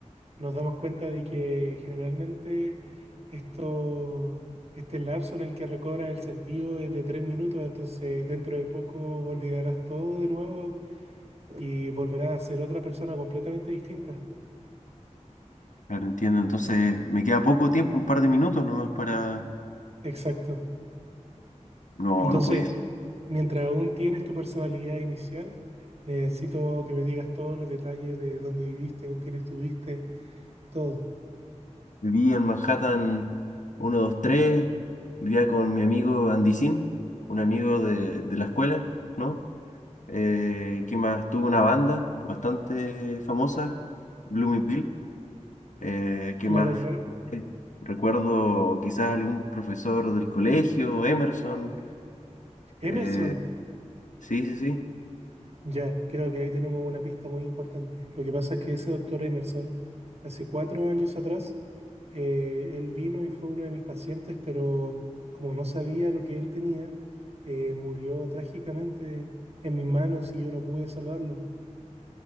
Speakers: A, on the right; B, on the left.
A: nos damos cuenta de que generalmente esto, este lapso en el que recobras el sentido es de tres minutos, entonces dentro de poco olvidarás todo de nuevo y volverás a ser otra persona completamente distinta.
B: claro, entiendo. Entonces, me queda poco tiempo, un par de minutos nomás para...
A: Exacto.
B: No,
A: Entonces,
B: no puede ser.
A: mientras aún tienes tu personalidad inicial, necesito que me digas todos los detalles de dónde viviste, con quién estuviste, Todo.
B: Viví en Manhattan uno dos tres vivía con mi amigo Andy un amigo de, de la escuela, ¿no? Eh, ¿qué más? Tuve una banda bastante famosa, Bloomy Pill. Eh, ¿qué
A: Claro,
B: más?
A: claro.
B: Eh, Recuerdo quizás algún profesor del colegio, Emerson.
A: Emerson.
B: eh, sí, sí, sí.
A: Ya, creo que ahí tenemos una pista muy importante. Lo que pasa es que ese doctor Emerson, hace cuatro años atrás, eh, él vino y fue uno de mis pacientes, pero como no sabía lo que él tenía, eh, murió trágicamente en mis manos y yo no pude salvarlo.